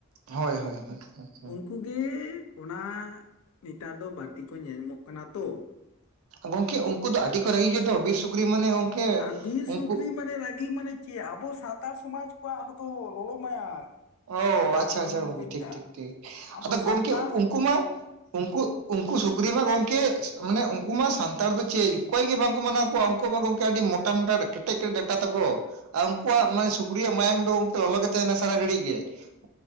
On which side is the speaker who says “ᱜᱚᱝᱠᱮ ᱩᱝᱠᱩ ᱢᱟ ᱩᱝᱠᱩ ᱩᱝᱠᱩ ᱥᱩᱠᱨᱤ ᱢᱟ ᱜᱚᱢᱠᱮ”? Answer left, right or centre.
Right